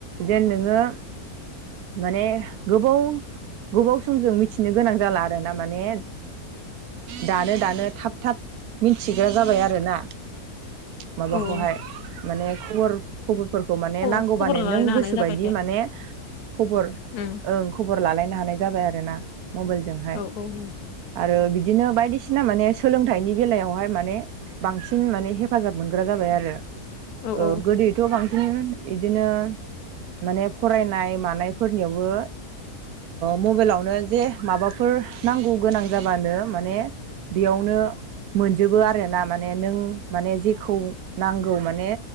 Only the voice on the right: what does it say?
जेन नोङो माने गोबाव गोबाव समजों मिथिनो गोनां जाला आरो ना माने दानो दानो थाब थाब मिथिग्रा जाबाय आरोना माबाखौहाय
माने खबर खबरफोरखौ माने
नांगौबानो
नों
गोसोबायदि
माने खबर
ओं खबर लालायनो हानाय जाबाय आरो ना मबाइलजोंहाय
आरो बिदिनो बायदिसिना बिसिना माने सोलोंथाइनि बेलायावहाय माने बांसिन माने हेफाजाब मोनग्रा जाबाय आरो।
<unintelligible> थ' बांसिन बिदिनो माने फरायनाय मानायफोरनियावबो मबाइलावनो जे माबाफोर नांगौ गोनां जाबानो माने बेयावनो मोनजोबो आरो ना माने नों माने जेखौ नांगौ माने